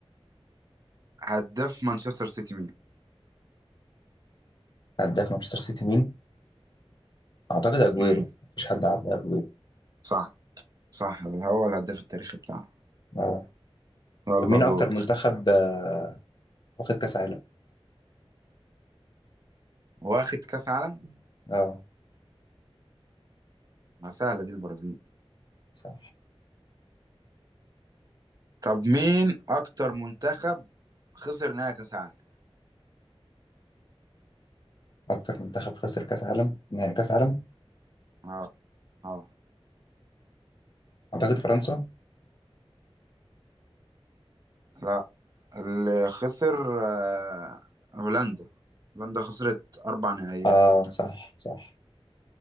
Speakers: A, on the right; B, on the left.
A: هداف مانشستر سيتي مين
B: هداف مانشستر سيتي مين اعتقد اجويرو
A: امم
B: مفيش حد عدى اجويرو
A: صح صح هو الهداف التاريخي بتاعه
B: اه
A: يلا
B: طب مين اكتر
A: دورك
B: منتخب آه، واخد كاس عالم
A: واخد كاس عالم
B: اه
A: ما سهله دي البرازيل
B: صح
A: طب مين اكتر منتخب خسر نهائي كاس عالم
B: اكتر منتخب خسر كاس عالم نهائي كاس عالم
A: اه اه
B: اعتقد فرنسا
A: لا اللي خسر آه، هولندا هولندا خسرت اربع نهائيات
B: اه صح صح